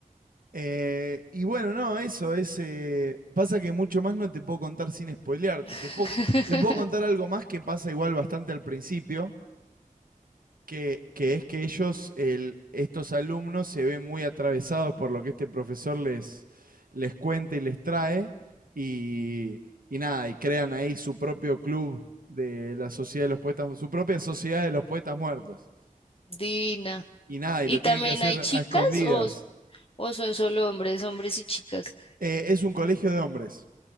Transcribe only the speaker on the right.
Eh, y bueno, no, eso es. eh, pasa que mucho más no te puedo contar sin spoilearte.
Te puedo, te puedo contar algo más que pasa igual bastante al principio, que, que es que ellos, el, estos alumnos, se ven muy atravesados por lo que este profesor les, les cuenta y les trae. Y, y nada, y crean ahí su propio club de la Sociedad de los Poetas, su propia Sociedad de los Poetas Muertos.
Y nada,
y lo tienen
que hacer
a escondidas.
Eh, es un colegio de hombres.